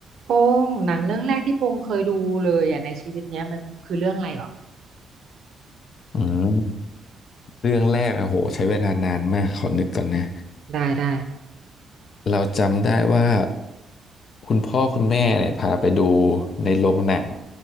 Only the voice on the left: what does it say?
อืมเรื่องแรกอะโหใช้เวลานานมากขอนึกก่อนนะ
เราจำได้ว่าคุณพ่อคุณแม่เนี่ยพาไปดูในโรงหนัง